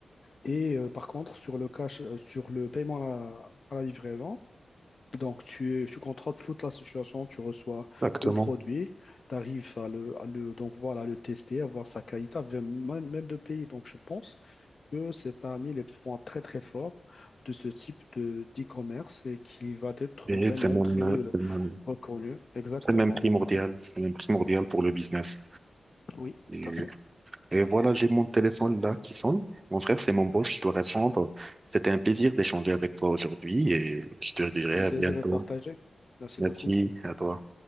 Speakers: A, on the left; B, on the right.
A: Et euh, par contre, sur le cash, euh, sur le paiement à la, à la livraison, donc tu, tu contrôles toute la situation, tu reçois
B: exactement.
A: le produit, tu arrives à le, à le- donc voilà, le tester, à voir sa qualité, à même, même de payer. Donc, je pense que c'est parmi les points très très forts de ce type de d'e-commerce et qui va être
B: Et
A: vraiment
B: c'est même,
A: très euh,
B: c'est même,
A: reconnu. Exactement.
B: c'est même primordial,
A: Oui,
B: c'est même primordial pour le business.
A: oui, tout
B: Et
A: à fait.
B: Et voilà, j'ai mon téléphone là qui sonne. Mon frère, c'est mon boss, je dois répondre. C'était un plaisir d'échanger avec toi aujourd'hui et je te dirai
A: Le
B: à
A: plaisir
B: bientôt.
A: est partagé. Merci
B: Merci
A: beaucoup.
B: à toi.